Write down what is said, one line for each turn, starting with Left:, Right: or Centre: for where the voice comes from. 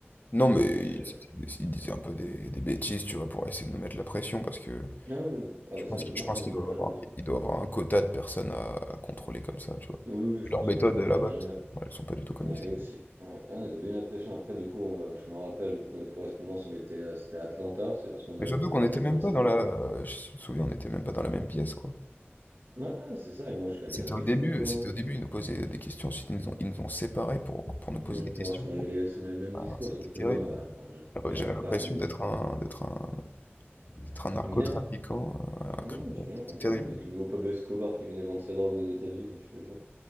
Left: non mais ils,
Right: J'avais la-
Left: c'était- disaient un peu des, des bêtises, tu vois, pour essayer de nous mettre la pression, parce que
Right: Ah oui, oui. ah
Left: je
Right: bah ça
Left: pense
Right: a bien
Left: qu'ils,
Right: marché
Left: je pense
Right: de
Left: qu'ils
Right: nous mettre
Left: doivent avoir,
Right: la pression.
Left: ils doivent avoir un quota de personnes à, à contrôler comme ça, tu vois.
Right: Oui, oui,
Left: Puis
Right: je pense
Left: leurs méthodes
Right: aussi. Ils
Left: euh,
Right: nous
Left: là-bas,
Right: avaient bien mis la
Left: ouais, elles sont pas du tout comme
Right: Ouais,
Left: ici.
Right: et aussi, ouais. Ah, on avait bien l'impression. Après, du coup, on, euh, je me rappelle, du coup, notre correspondance, on était, euh, c'était à Atlanta. C'est parce qu'on avait,
Left: Mais surtout
Right: on,
Left: qu'on
Right: on
Left: n'était
Right: avait
Left: même
Right: commencé
Left: pas dans
Right: par.
Left: la, je me souviens, on n'était même pas dans la même pièce, quoi.
Right: Ouais, ouais, c'est ça. Et moi, je galérais
Left: C'était au
Right: de
Left: début,
Right: fou avec mon
Left: c'était
Right: anglais.
Left: au début, ils nous posaient des questions, ensuite ils nous ont, ils nous ont séparés pour, pour nous poser
Right: Mm,
Left: des questions.
Right: Pour voir si on avait
Left: Pour...
Right: les, si on avait le même
Left: Ah,
Right: discours.
Left: c'était
Right: Sauf que
Left: terrible.
Right: moi, bah, j-
Left: Ah bah,
Right: j'arrivais
Left: j'avais l'impression
Right: pas à aligner
Left: d'être
Right: d-
Left: un, d'être un, d'être
Right: un
Left: un narcotrafiquant,
Right: criminel. Hein.
Left: euh, un criminel.
Right: Non, je te jure.
Left: C'est
Right: on-
Left: terrible.
Right: D'être le nouveau Pablo Escobar qui venait vendre sa drogue aux États-Unis, je te jure.